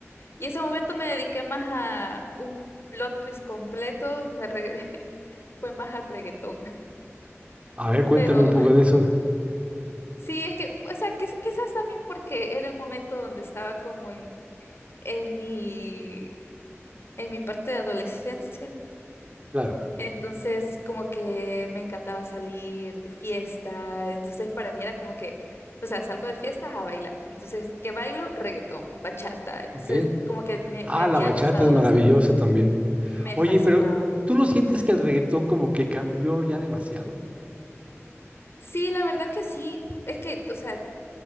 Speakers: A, on the left; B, on the right.
A: Y ese momento me dediqué más a un plot twist completo, me re- <laughs> fue más al reggaetón. <laughs>
B: A ver, cuéntame
A: Pero
B: un poco de eso.
A: sí, es que, o sea, quiz- quizás también porque era el momento donde estaba como en, en mi, en mi parte de adolescencia.
B: Claro,
A: Entonces, como que me encantaba salir de fiesta. Entonces, para mí era como que, o sea, salgo de fiesta a bailar. Entonces, ¿qué bailo? Reggaetón, bachata. Entonces,
B: ok.
A: como que me,
B: Ah,
A: me había
B: la bachata
A: gustado
B: es maravillosa
A: bastante.
B: también.
A: Me
B: Oye,
A: fascinaba.
B: pero ¿tú no sientes que el reggaetón como que cambió ya demasiado?
A: Sí, la verdad que sí. Es que, o sea,